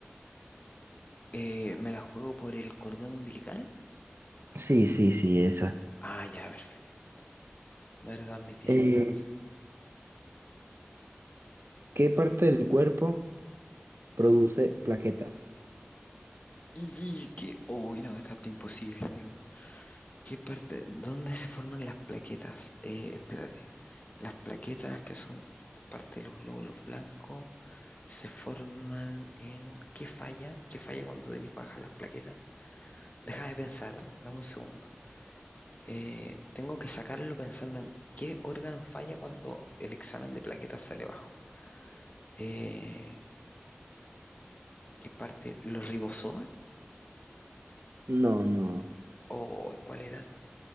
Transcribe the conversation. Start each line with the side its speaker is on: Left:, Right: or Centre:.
Left: Eh, ¿me la juego por el cordón umbilical?
Right: Sí, sí, sí, esa.
Left: Ah, ya, perfecto. No era tan difícil
Right: Eh,
Left: entonces.
Right: ¿qué parte del cuerpo produce plaquetas?
Left: Y que, hoy no, está hasta imposible, amigo. ¿Qué parte? ¿Dónde se forman las plaquetas? Eh, espérate. Las plaquetas que son parte de los glóbulos blancos se forman en... ¿Qué falla? ¿Qué falla cuando tenéis bajas las plaquetas? Déjame pensar, ¿eh? Dame un segundo. eh, tengo que sacarlo pensando en qué órgano falla cuando el examen de plaquetas sale bajo. Eh, ¿qué parte? ¿Los ribosomas?
Right: No, no.
Left: ¿O cuál era?